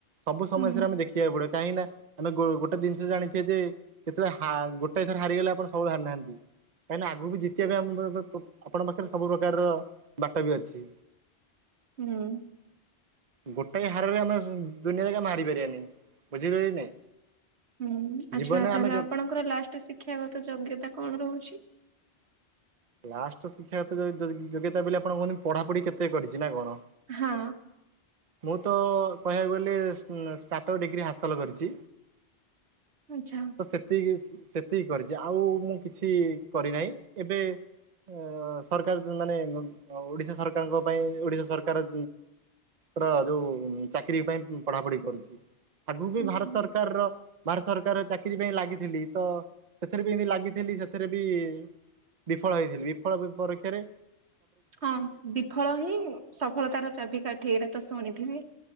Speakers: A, on the right (about 45°); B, on the right (about 85°).
A: ସବୁ ସମସ୍ୟାରେ
B: ହୁଁ
A: ଆମେ ଦେଖିବାକୁ ପଡିବ କାହିଁକି ନା ଆମେ ଗୋଟେ ଜିନିଷ ଜାଣିଥିବେ ଯେ କେତେବେଳେ ଗୋଟେ ଏଇଥର ହାରିଗଲେ ଆପଣ ସବୁବେଳେ ହାରିନାହାନ୍ତି କାହିଁକିନା ଆଗକୁ ବି ଜିତିବା ପାଇଁ ଆମ ଆପଣଙ୍କ ପାଖରେ ସବୁ ପ୍ରକାରର ବାଟ ବି ଅଛି।
B: ହୁଁ।
A: ଗୋଟାକ ହାରରେ ଆମେ ଦୁନିଆ ଜାଗା ଆମେ ହାରିପାରିବାନି, ବୁଝିପାରିଲ ନାଇଁ।
B: ହୁଁ ଆଚ୍ଛା
A: ଜୀବନରେ
B: ତାହଲେ
A: ଆମେ
B: ଆପଣଙ୍କର ଲାଷ୍ଟ ଶିକ୍ଷାଗତ ଯୋଗ୍ୟତା କଣ ରହୁଛି?
A: ଲାଷ୍ଟ ଶିକ୍ଷାଗତ ଯୋଗ୍ୟତା ବୋଲି ଆପଣ କୁହନ୍ତି ପଢାପଢି କେତେ କରିଛି ନା କଣ?
B: ହଁ।
A: ମୁଁ ତ କହିବାକୁ ଗଲି ସ୍ନାତକ ଡିଗ୍ରୀ ହାସଲ କରିଛି।
B: ଆଚ୍ଛା
A: ତ ସେତିକି, ସେତିକି କରିଛି। ଯେ ଆଉ ମୁଁ କିଛି କରିନାହିଁ ଏବେ ଅ ସରକାର ମାନେ ଓଡିଶା ସରକାରଙ୍କ ପାଇଁ, ଓଡିଶା ସରକାର ପ ଯୋଉ ଚାକିରି ପାଇଁ ପଢାପଢି କରୁଛି। ଆଗୁ ବି
B: ଆଚ୍ଛା
A: ଭାରତ ସରକାରର, ଭାରତ ସରକାର ଚାକିରୀ ପାଇଁ ଲାଗିଥିଲି, ତ ସେଥିରେ ବି ଏମିତି ଲାଗିଥିଲି ସେଥିରେ ବି ବିଫଳ ହେଇଥିଲି, ବିଫଳ ପରୀକ୍ଷରେ
B: ହଁ ବିଫଳ ହିଁ ସଫଳତାର ଚାବିକାଠି ଏଇଟା ତ ଶୁଣିଥିବେ।